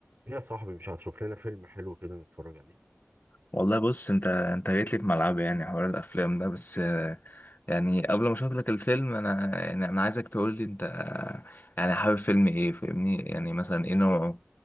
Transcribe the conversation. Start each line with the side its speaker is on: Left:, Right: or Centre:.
Right: يا صاحبي مش هتشوف لنا فيلم حلو كده نتفرج عليه
Left: والله بص انت انت جيت لي في ملعبي يعني حوار الافلام ده بس آه، يعني قبل ما اشوف لك الفيلم انا يعني انا عايزك تقول لي انت آه، يعني حابب فيلم ايه فاهمني يعني مثلا ايه نوعه